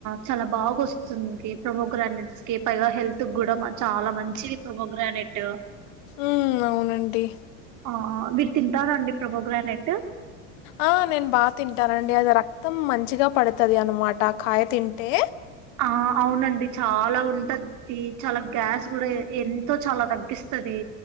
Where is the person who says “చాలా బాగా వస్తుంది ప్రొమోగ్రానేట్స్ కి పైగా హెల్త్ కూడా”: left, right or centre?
Right